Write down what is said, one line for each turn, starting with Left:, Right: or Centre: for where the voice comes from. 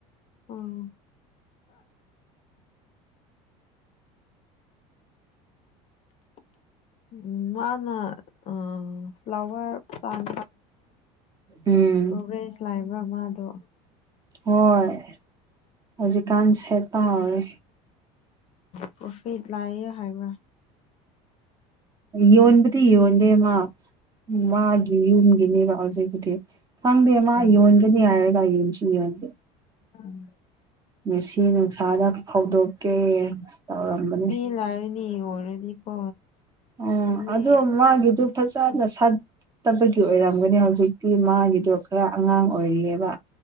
Left: ꯎꯝ <inaudible> ꯎꯝ ꯃꯥꯅ ꯑꯥ ꯐ꯭ꯂꯋꯔ ꯄ꯭ꯂꯥꯟ
Right: ꯎꯝ
Left: ꯄ꯭ꯔꯣꯒ꯭ꯔꯦꯖ ꯂꯥꯕ꯭ꯔ ꯃꯥꯗꯣ
Right: ꯍꯣꯏ ꯍꯧꯖꯤꯛꯀꯥꯟ ꯁꯦꯠꯄ ꯍꯧꯋꯦ
Left: ꯄ꯭ꯔꯣꯐꯤꯠ ꯂꯩꯌꯦ ꯍꯥꯏꯕ꯭ꯔ
Right: ꯌꯣꯟꯕꯗꯤ ꯌꯣꯟꯗꯦ ꯃꯥ ꯃꯥꯒꯤ ꯌꯨꯝꯒꯤꯅꯦꯕ ꯍꯧꯖꯤꯛꯄꯨꯗꯤ ꯈꯪꯗꯦ ꯃꯥ
Left: ꯎꯝ
Right: ꯌꯣꯟꯒꯅꯤ ꯍꯥꯏꯔꯒ ꯌꯣꯟꯁꯨ ꯌꯣꯟꯗꯦ
Left: ꯎꯝ
Right: ꯉꯁꯤ ꯅꯨꯡꯁꯥꯗ ꯐꯧꯗꯣꯛꯀꯦ ꯇꯧꯔꯝꯕꯅꯦ
Left: ꯃꯤ ꯂꯥꯏꯔꯅꯤ ꯑꯣꯏꯔꯗꯤꯀꯣ
Right: ꯑꯣ
Left: ꯃꯤ
Right: ꯑꯗꯣ ꯃꯥꯒꯤꯗꯨ ꯐꯖꯅ
Left: ꯎꯝ
Right: ꯁꯥꯠꯇꯕꯒꯤ ꯑꯣꯏꯔꯝꯒꯅꯤ ꯍꯧꯖꯤꯛꯇꯤ ꯃꯥꯒꯤꯗꯣ ꯈꯔ ꯑꯉꯥꯡ ꯑꯣꯏꯔꯤꯌꯦꯕ